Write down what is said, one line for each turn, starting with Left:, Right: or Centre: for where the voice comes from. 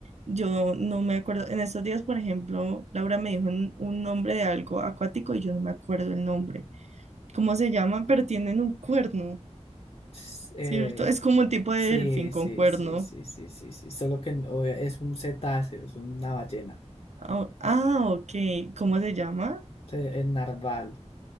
Right: yo no me acuerdo. En estos días, por ejemplo, Laura me dijo un, un nombre de algo acuático y yo no me acuerdo el nombre. ¿Cómo se llaman? Pero tienen un cuerno,
Left: S- eh,
Right: ¿cierto? Es como un tipo
Left: sí,
Right: de delfín con
Left: sí,
Right: cuerno.
Left: sí, sí, sí, sí, sí, solo que no, obvia- es un cetáceo, es una ballena,
Right: Ah, ah, ok. ¿Cómo se llama?
Left: se- el narval,